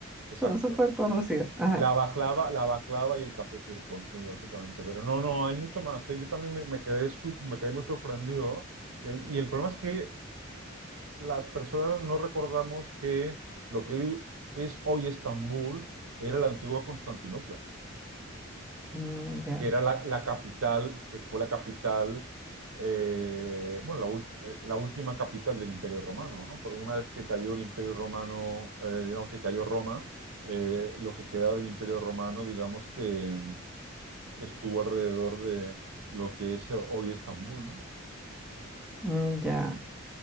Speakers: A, on the right; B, in the centre.
A: exacto.
B: son súper conocidas. Ajá.
A: La baklava, la baklava y el café turco, sí, básicamente. Pero no, no, hay mucho más, ¿eh? Yo también me, me quedé, su- me quedé muy sorprendido. Y, y el problema es que las personas no recordamos que lo que es hoy Estambul era la antigua Constantinopla.
B: Mm, ya,
A: que era la, la capital, que fue la capital, eh, bueno, la, ulti- eh, la última capital del Imperio Romano, ¿no? Porque una vez que cayó el Imperio Romano, eh, digamos que cayó Roma, eh, lo que quedaba del Imperio Romano, digamos que mm, estuvo alrededor de lo que es hoy Estambul, ¿no?
B: Mm, ya.